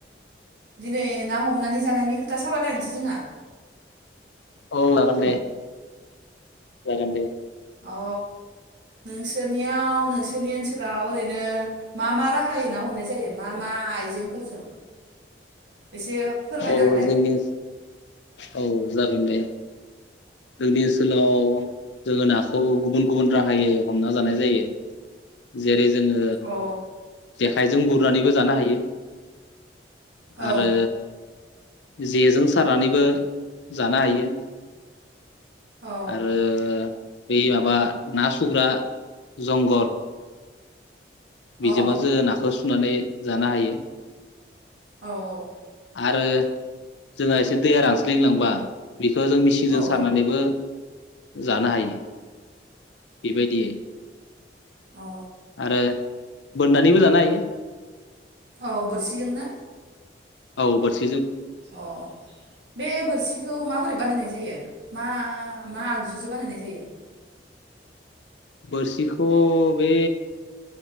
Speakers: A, on the right; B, on the left.
A: दिनै ना हमनानै जानायनि खोथा सावरायलायनोसै जोंहा।
B: औ जागोन दे जागोन दे।
A: अ नोंसोरनियाव नोंसोरनि ओनसोलाव ओरैनो मा मा राहायै ना हमनाय जायो मा मा आइजेंफोरजों एसे फोरमायना
B: अ
A: होलाय
B: जोंनि ओ औ जागोन दे। जोंनि ओनसोलाव जोङो नाखौ गुबुन गुबुन राहायै हमना जानाय जायो जेरै जोङो
A: औ
B: जेखाइजों गुरनानैबो जानो हायो।
A: औ
B: आरो जेजों सारनानैबो जानो हायो।
A: औ
B: आरो। बै माबा ना सुग्रा जंगद। बिजोंबो
A: अ औ
B: जों नाखौ सुनानै। जानो हायो।
A: औ औ।
B: आरो जोंहा एसे दैया रानस्लिंलांबा। बिखौ जों मेचिनजों
A: औ
B: सारनानैबो जानो हायो। बेबायदियै
A: अ
B: आरो बोननानैबो जानो हायो।
A: औ बोरसिजों ना?
B: औ बोरसि
A: अ बे बोरसिखौ माबोरै बानायनाय जायो? मा मा आगजुजों बानायनाय जायो?
B: बोरसिखौ बे